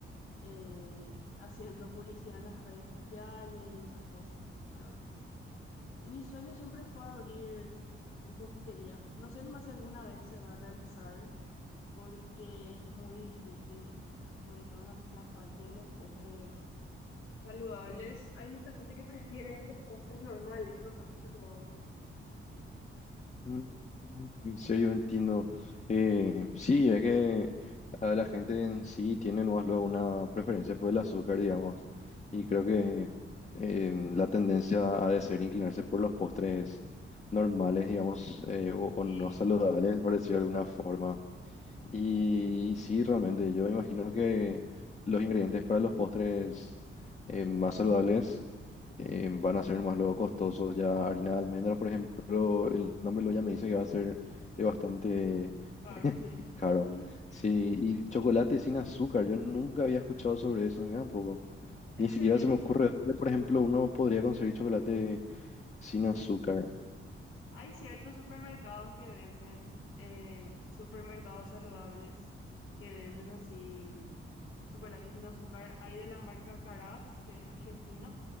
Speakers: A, on the left; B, on the left.
A: eh, haciendo publicidad en las redes sociales y esas cosas, ¿verdad? Y mi sueño siempre fue abrir mi confitería. No sé nomás si alguna vez se va a realizar, porque es muy difícil, o sea, sobre todo la, la parte de los postres saludables. Hay mucha gente que prefiere los postres normales, no tanto saludables.
B: Mm, En serio, entiendo. Eh, sí, es que a la gente en sí tiene más luego una preferencia por el azúcar, digamos, y creo que eh, la tendencia ha de ser inclinarse por los postres normales, digamos, eh, o, o
A: Sí,
B: no saludables, por decir de alguna forma. Y, sí, realmente, yo imagino que los ingredientes para los postres eh, más saludables eh, van a ser más luego costosos. Ya harina de almendras, por ejemplo, el nombre lo ya me dice que va a ser eh, bastante
A: claro, sí.
B: caro.
A: <laughs>
B: Sí, y chocolate sin azúcar, yo nunca había escuchado sobre eso, mira un poco.
A: En
B: Ni
A: serio,
B: siquiera se me ocurre dónde, por ejemplo, uno podría conseguir chocolate sin azúcar.
A: hay ciertos supermercados que venden, eh, supermercados saludables, que venden así chocolate sin azúcar. Hay de la marca Carat, que es argentino,